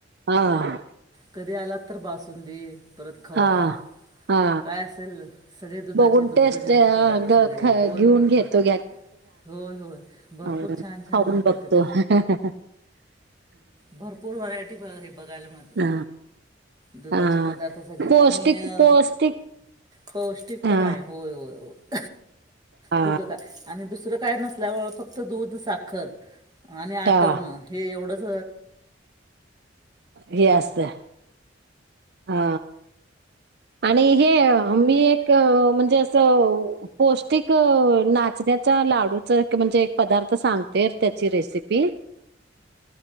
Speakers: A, on the right; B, on the right.
A: हा.
B: कधी आलात तर बासुंदी परत खवा
A: हा हा
B: काय असेल सगळे दुधाचे
A: बघून
B: दुग्धजन्य
A: टेस्ट
B: पदार्थ सगळे
A: घेऊन
B: होय होय
A: घेतो
B: हो होय होय. भरपूर
A: अ
B: छान छान
A: खऊन
B: मिळतात
A: बघतो
B: तिथं
A: हह हाह.
B: भरपूर व्हरायटी हे बघाय, हे बघायला मिळतात.
A: ह
B: दुधाचे
A: ह
B: पदार्थ सगळे
A: पौष्टिक
B: आणि
A: पौष्टिक
B: पौष्टिकपणाय
A: ह
B: होय होय होय.
A: ह
B: दुध काय आणि दुसरं काय नसल्यामुळं फक्त दूध, साखर आणि आटवणं
A: ह
B: हे एवढंच
A: हे असतंय हा आणि हे मी एक म्हणजे असं पौष्टिक नाचण्याचा लाडूचं म्हणजे एक पदार्थ सांगते त्याची recipe